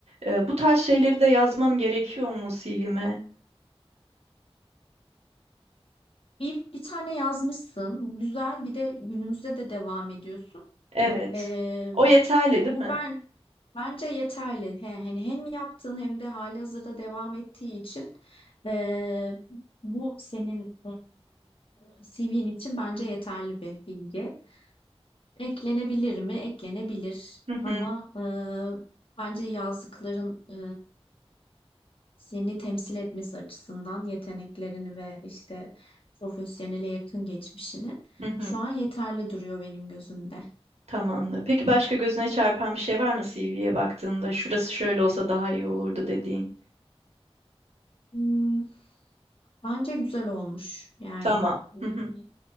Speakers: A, on the right; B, on the left.
A: E, bu tarz şeyleri de yazmam gerekiyor mu CV'me?
B: Bir, bir tane yazmışsın. Bu güzel. Bir de günümüzde de devam ediyorsun.
A: Evet.
B: E,
A: O yeterli
B: bu
A: değil mi?
B: ben bence yeterli. He, hani hem yaptığın hem de halihazırda devam ettiği için e, bu senin e, CV'nin için bence yeterli bir bilgi. Eklenebilir mi? Eklenebilir.
A: Hı hı,
B: Ama e, bence yazdıkların e, seni temsil etmesi açısından yeteneklerini ve işte profesyonele yakın geçmişini
A: hı hı.
B: şu an yeterli duruyor benim gözümde.
A: Tamamdır. Peki başka gözüne çarpan bir şey var mı CV'ye baktığında? Şurası şöyle olsa daha iyi olurdu dediğin.
B: Hmm, bence güzel olmuş yani.
A: Tamam.
B: Hmm,
A: Hı hı.